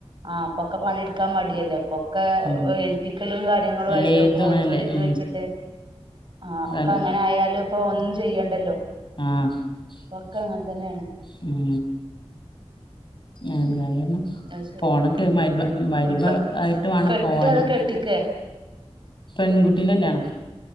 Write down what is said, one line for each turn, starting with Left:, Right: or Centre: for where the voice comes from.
Right: ആഹ്പ്പൊക്കെ പണിയെടുക്കാൻ മടിയല്ലേ അപ്പൊ ഒ ക്കെഏൽപ്പിക്കലും
Left: ഉം
Right: കാര്യങ്ങളും
Left: എല്ലേതും
Right: ആയിട്ട് ഒക്കെ ഓഡിറ്റോറിയത്ത്
Left: അങ്ങനല്ലേ ഉം
Right: വെച്ചിട്ട് ആഹ് ഒക്കെ
Left: കാൽ
Right: അങ്ങനെ ആയാലും ഇപ്പൊ ഒന്നും ചെയ്യണ്ടല്ലോ
Left: ആഹ്ശ്
Right: അപ്പൊക്കെ
Left: ശ്
Right: അങ്ങനെ തന്നെയാണ്
Left: ഉം എന്തായ്‌ര്ന്നു
Right: അത് ശരി
Left: പോണം
Right: ഉം
Left: കേ മയ്രിബ മയ്രിബ്
Right: ഉം ഇപ്പ
Left: ആയിട്ട് വാണം
Right: കെട്ട്
Left: പോവാന്
Right: അതോ കെട്ടിക്കേ
Left: പെൺകുട്ടിന്റെല്യാണാ